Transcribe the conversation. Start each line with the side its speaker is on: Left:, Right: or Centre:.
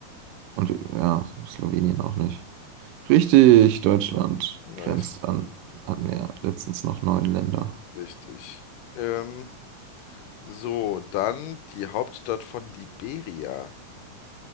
Right: Und ja, Slowenien auch nicht. Richtig, Deutschland
Left: nice,
Right: grenzt an, hatten wir ja letztens noch neun Länder.
Left: richtig. Ähm. So, dann die Hauptstadt von Liberia.